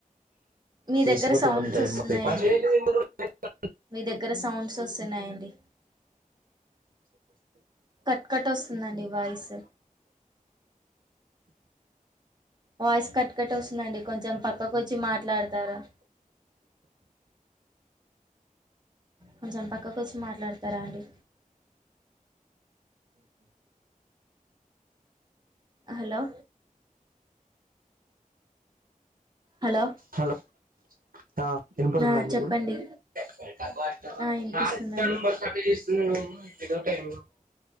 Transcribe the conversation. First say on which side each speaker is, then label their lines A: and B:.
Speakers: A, on the right (about 30°); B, on the right (about 75°).
A: మీ
B: తీసుకపోతే
A: దగ్గర సౌండ్స్
B: వన్ టైం
A: వస్తున్నాయండి
B: <unintelligible>
A: మీ దగ్గర సౌండ్స్ వస్తున్నాయండి కట్ కట్ వస్తుందండి వాయిస్ వాయిస్ కట్ కట్ వస్తుందండి కొంచెం పక్కకు వచ్చి మాట్లాడతారు కొంచెం పక్కకు వచ్చి మాట్లాడతారా అండి హలో హలో
B: హలో ఆ వినబడుతుందా
A: ఆ
B: అండి
A: చెప్పండి
B: ఇప్పుడు <unintelligible>
A: ఆ వినిపిస్తుందండి
B: టైమ్